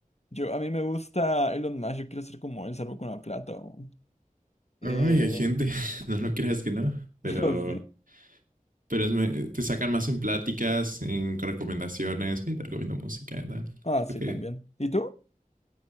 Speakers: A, on the left (about 50°); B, on the right (about 70°).
A: yo, a mí me gusta Elon Musk, yo quiero ser como él, salvo con la plata o... Eh,
B: Ay, hay gente, <laughs> no lo creas que no, pero,
A: <laughs> no sé.
B: pero es me- te sacan más en pláticas, en recomendaciones. Oye, te recomiendo música, tal.
A: Ah,
B: Creo
A: sí,
B: que,
A: también. ¿Y tú?